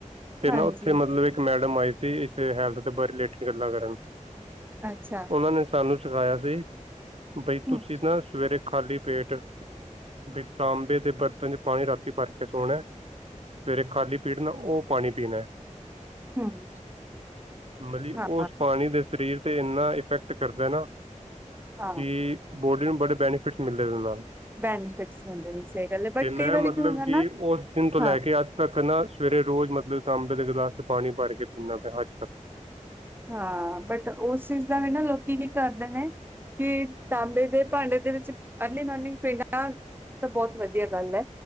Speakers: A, on the right (about 50°); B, on the right (about 15°).
A: ਤੇ
B: ਹਾਂਜੀ
A: ਨਾ ਉੱਥੇ ਮਤਲਬ ਇੱਕ ਮੈਡਮ ਆਈ ਸੀ, ਇਸ ਹੈਲਥ ਦੇ ਬਾਰੇ ਰਿਲੇਟਿਡ ਗੱਲਾਂ ਕਰਨ।
B: ਅੱਛਾ।
A: ਉਹਨਾਂ ਨੇ ਸਾਨੂੰ ਸਿਖਾਇਆ ਸੀ, ਬਈ ਤੁਸੀਂ
B: ਹਮ
A: ਨਾ ਸਵੇਰੇ ਖਾਲੀ ਪੇਟ ਬੀ ਤਾਂਬੇ ਦੇ ਬਰਤਨ ਚ ਪਾਣੀ ਰਾਤੀ ਭਰ ਕੇ ਸੋਣਾ ਏ। ਸਵੇਰੇ ਖਾਲੀ ਪੇਟ ਨਾ ਉ ਪਾਣੀ ਪੀਣਾ।
B: ਹਮ
A: ਮਤਲਬ
B: ਹਾਂ
A: ਉਸ ਪਾਣੀ ਦੇ ਸਰੀਰ ਤੇ ਇੰਨਾ ਇਫੈਕਟ ਕਰਦਾ ਨਾ
B: ਹਾਂ
A: ਕਿ ਬੋਡੀ ਨੂੰ ਬੜੇ ਬੈਨੀਫਿਟਸ ਮਿਲਦੇ ਇਹਦੇ ਨਾਲ।
B: ਬੈਨੀਫਿਟਸ ਮਿਲਦੇ ਨੇ ਸਹੀ ਗੱਲ ਹੈ ਬਟ
A: ਤੇ ਮੈਂ
B: ਕਈ ਵਾਰੀ
A: ਮਤਲਬ
B: ਕੀ ਹੁੰਦਾ
A: ਕਿ
B: ਨਾ
A: ਉਸ ਦਿਨ ਤੋਂ ਲੈ
B: ਹਾਂ
A: ਕੇ ਅੱਜ ਤੱਕ ਨਾ ਸਵੇਰੇ ਰੋਜ਼ ਮਤਲਬ ਤਾਂਬੇ ਦੇ ਗਲਾਸ ਚ ਪਾਣੀ ਭਰ ਕੇ ਪੀਂਣਾ ਪਿਆ ਅੱਜ ਤੱਕ
B: ਹਾਂ, ਬਟ ਉਸ ਚੀਜ਼ ਦਾ ਵੀ ਨਾ ਲੋਕੀ ਕੀ ਕਰਦੇ ਨੇ ਕਿ ਤਾਂਬੇ ਦੇ ਭਾਂਡੇ ਦੇ ਵਿੱਚ ਅਰਲੀ ਮੋਰਨਿੰਗ ਪੀੜ ਨਾਲ ਏ ਤਾਂ ਬਹੁਤ ਵਧੀਆ ਗੱਲ ਏ।